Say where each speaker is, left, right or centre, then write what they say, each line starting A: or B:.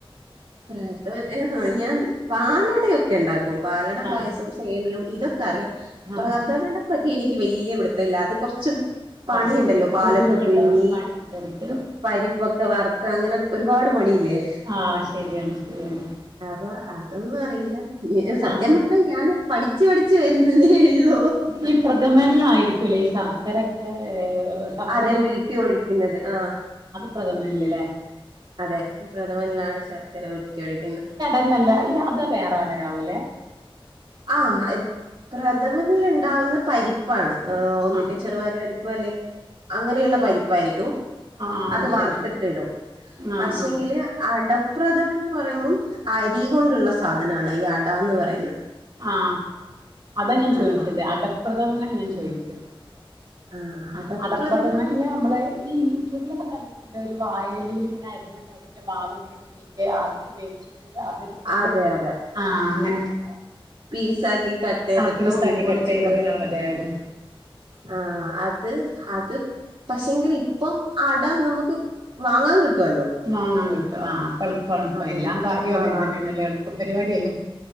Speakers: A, on the right; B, on the right.
A: പ്രദമം. ഞാൻ പാലടയൊക്കെ ഉണ്ടാക്കും പാലട പായസം
B: ആ
A: സേമ്യം ഇതൊക്കെ, അറിയാം.
B: ആ
A: പ്രഥമനെപ്പറ്റി എനിക്ക് വല്യ പിടുത്തല്ല. അത് കുറച്ചു പണിയുണ്ടല്ലോ
B: കൊറച്ച്
A: പാലോക്കെ
B: ബുദ്ധിമുട്ടുണ്ടാവും
A: പിഴ്ഞ്,
B: പണിയൊക്കെ എടുത്ത്
A: പരിപ്പ് പരിപ്പൊക്കെ വറുത്ത് അങ്ങനെ ഒരുപാട് പണിയില്ലേ.
B: ആ ശരിയാണ് ശരിയാണ്.
A: അപ്പൊ അതൊന്നും അറിയില്ല. സത്യം
B: ആഹ്
A: പറഞ്ഞാ ഞാന് പഠിച്ചു പഠിച്ചു വരുന്നതേയോള്ളൂ.
B: ഈ പ്രഥമന് ആയിരിക്കുവല്ലേ, ഈ ശർക്കരൊക്കെ ഏഹ് ശർക്കര
A: അതെ. ഉരുക്കി ഒഴിക്കുന്നത് ആഹ്.
B: പ്രഥമനിന്ല്ലെ.
A: അതെ. പ്രഥമനിലാണ് ശർക്കര ഉരുക്കി ഒഴിക്കുന്നത്.
B: അല്ല അല്ല അത് വേറെ അടയാവുംലെ.
A: ആ പ്രഥമനിൽ ഉണ്ടാവുന്നത് പരിപ്പാണ്. ഒന്നിങ്കെ
B: ആഹ്
A: ചെറുവയർപരിപ്പ്, അല്ലെ അങ്ങനെയുള്ള പരിപ്പ് ആയിരിക്കും.
B: ആഹ്
A: അത് വറുത്തിടും.
B: ശരി
A: പക്ഷെങ്കില്
B: ആഹ് ആഹ്
A: അട പ്രഥമൻ ന്ന് പറയുമ്പോം, അരി കൊണ്ടുള്ള സാധനമാണ് ഈ അടാന്ന് പറയുന്നെ.
B: ആ അതാ ഞാൻ ചോദിച്ചത്
A: ആഹ്
B: അടപ്രഥമനാ ഞാൻ ചോദിച്ചത്.
A: ആഹ്
B: ആ
A: അടപ്രഥമൻ
B: അടപ്രഥമനില് നമ്മൾ ഈ യൂട്യൂബിലൊക്കെ കണ്ടിട്ടുണ്ട്, ഒരു വാഴ ഇല്ലേൽ ഇങ്ങനെ അരിഞ്ഞു ഉണ്ടാക്കിയ മാവ് ഇങ്ങനെ കെട്ടിയിട്ട് ആവിക്ക് വേവിച്ചിട്ട്. അത് ഇട്ത്തിട്ട്.
A: അതെ അതെ
B: ആ അങ്ങനെക്കെ
A: പീസാക്കി കട്ട് ചെയ്തിട്ടും
B: പീസാക്കി
A: പൊടിച്ചിട്ടോക്കേ.
B: കട്ട് ചെയ്ത് അതെ അതെ
A: ആ അത് അത്. പക്ഷെങ്കിൽ ഇപ്പം അട നമുക്ക് വാങ്ങാൻ കിട്ടുവല്ലോ.
B: വാങ്ങാൻ കിട്ടും. ആ അപ്പൊ എളുപ്പാണുപ്പ
A: അതുകൊണ്ട്
B: എല്ലാം കാര്യവും അങ്ങനെ
A: ആഹ്
B: തന്നെയാണല്ലോ എളുപ്പ പരിപാടിയല്ലേ.